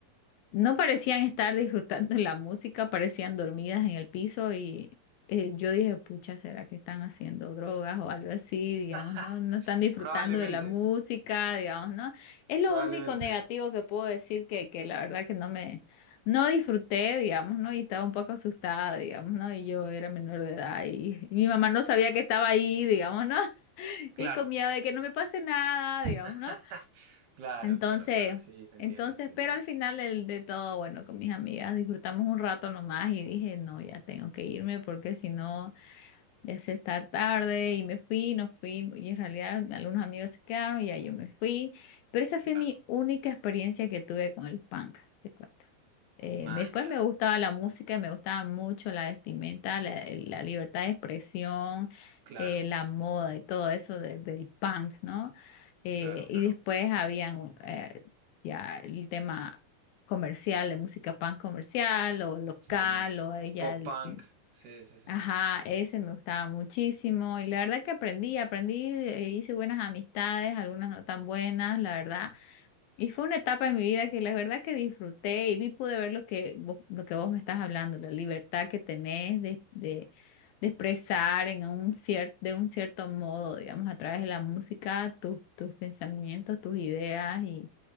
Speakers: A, on the left; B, on the right.
A: No parecían estar disfrutando la música, parecían dormidas en el piso y eh, yo dije, pucha, ¿será que están haciendo drogas o algo así? Digamos,
B: <laughs>
A: no, no están disfrutando
B: Probablemente,
A: de la música, digamos, ¿no? Es lo
B: probablemente.
A: único negativo que puedo decir que, que la verdad que no me, no disfruté, digamos, ¿no? Y estaba un poco asustada, digamos, ¿no? Y yo era menor de edad y, y mi mamá no sabía que estaba ahí, digamos, ¿no? <laughs>
B: Claro,
A: Y con miedo de que no me pase nada, digamos,
B: <laughs>
A: ¿no?
B: claro,
A: Entonces,
B: claro, claro. Sí, se entiende,
A: entonces,
B: se entiende.
A: pero al final del- de, todo, bueno, con mis amigas disfrutamos un rato nomás y dije, no, ya tengo que irme porque si no, ya se está tarde y me fui, no fui, y en realidad algunos amigos se quedaron y ya yo me fui, pero esa fue
B: Claro.
A: mi única experiencia que tuve con el panga te cuento. Eh,
B: Maña.
A: después me gustaba la música y me gustaba mucho la vestimenta, la, la libertad de expresión,
B: Claro,
A: eh, la moda y todo eso de- del punk, ¿no? Eh,
B: claro, claro.
A: y después habían eh, ya el tema comercial, de música punk comercial o local
B: Sí, el
A: o eh, ya
B: pop
A: el...
B: punk. Sí, sí, sí.
A: Ajá, ese me gustaba muchísimo y la verdad que aprendí, aprendí, eh, hice buenas amistades, algunas no tan buenas, la verdad y fue una etapa en mi vida que la verdad que disfruté y vi, pude ver lo que vos, lo que vos me estás hablando, la libertad que tenés de, de, de expresar en un cierto, de un cierto modo, digamos, a través de la música, tus, tus pensamientos, tus ideas y,